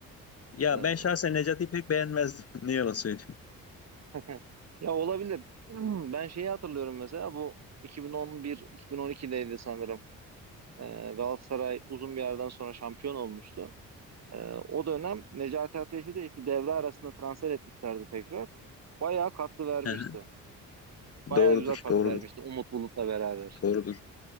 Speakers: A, on the left (about 45°); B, on the right (about 50°).
A: Ya
B: E,
A: ben şahsen Necati'yi pek beğenmezdim. <laughs> Ne yalan söyleyeyim.
B: <laughs> ya olabilir. <clears throat> Hmm, Ben şeyi hatırlıyorum mesela bu 2011-2012'deydi sanırım. E, Galatasaray uzun bir yerden sonra şampiyon olmuştu. E, o dönem Necati Ateş'i de işte devre arasında transfer etmişlerdi tekrar. Bayağı katkı vermişti.
A: <laughs>
B: Bayağı
A: Doğrudur,
B: güzel katkı
A: doğrudur,
B: vermişti Umut Bulut'la beraber.
A: doğrudur.